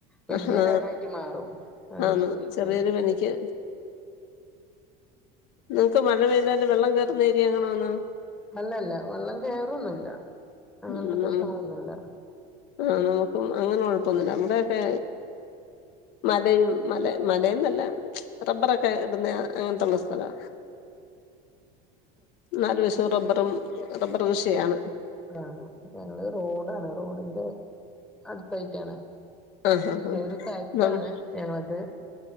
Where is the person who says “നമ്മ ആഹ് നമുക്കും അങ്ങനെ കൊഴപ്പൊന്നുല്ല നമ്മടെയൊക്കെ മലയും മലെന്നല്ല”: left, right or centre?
Left